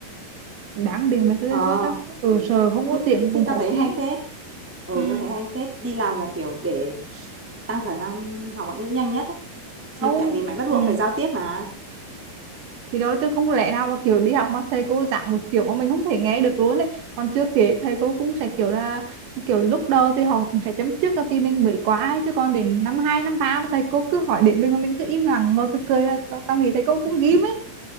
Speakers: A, on the right; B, in the centre.
A: đáng điện về thôi
B: ờ
A: chứ tao ở sở không có
B: thì,
A: tiếng cũng
B: thì
A: khó
B: tao thấy
A: xin
B: hay phết ừ
A: ừ
B: tao thấy hay phết đi làm là kiểu để tăng khả năng học ngoại ngữ nhanh nhất ấy. thì
A: tao cũng-
B: tại vì mày bắt
A: ừ
B: buộc phải giao tiếp mà
A: thì đó chứ không lẽ nào mà kiểu đi học mà thầy cô giảng một kiểu mà mình không thể nghe được luôn ấy còn chưa kể thầy cô cũng sẽ kiểu là kiểu lúc đầu thì họ cũng sẽ chấm trước là vì mình mới quá ấy. chứ còn đến năm hai năm ba mà thầy cô cứ hỏi đến mình mà mình cứ im lặng ngồi cười cười là tao, tao nghĩ thầy cô cũng ghim ấy